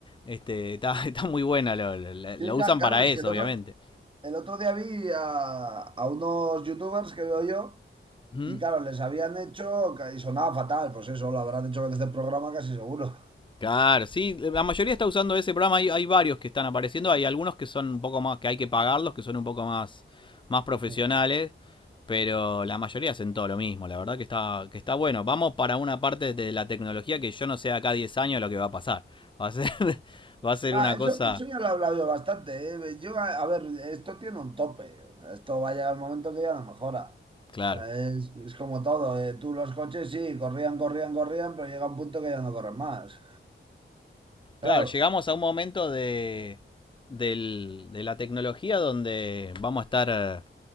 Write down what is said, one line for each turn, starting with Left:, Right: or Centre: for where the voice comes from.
Left: Este, está, <laughs> está muy buena, lo, lo- lo
Right: Sí,
Left: usan
Right: ca- claro,
Left: para
Right: es
Left: eso,
Right: que el otro,
Left: obviamente.
Right: el otro día vi a, a unos youtubers que veo yo.
Left: Ujú.
Right: Y claro, les habían hecho, y sonaba fatal, pues eso lo habrán hecho desde el programa casi seguro.
Left: Claro, sí, eh, la mayoría está usando ese programa, hay, hay varios que están apareciendo, hay algunos que son un poco más, que hay que pagarlos, que son un poco más, más profesionales,
Right: <laughs>
Left: pero la mayoría hacen todo lo mismo, la verdad que está, que está bueno. Vamos para una parte de la tecnología que yo no sé acá 10 años lo que va a pasar. <laughs> Va a ser, va a ser
Right: Ah,
Left: una cosa,
Right: eso, eso ya lo he hablado yo bastante, ¿eh? Yo, a, a ver, esto tiene un tope. O sea, Esto va a llegar un momento que ya no mejora.
Left: claro.
Right: O sea, es, es como todo. ¿eh? Tú los coches sí, corrían, corrían, corrían, pero llega un punto que ya no corren más. Claro,
Left: Claro, llegamos a un momento de, del- de la tecnología donde vamos a estar,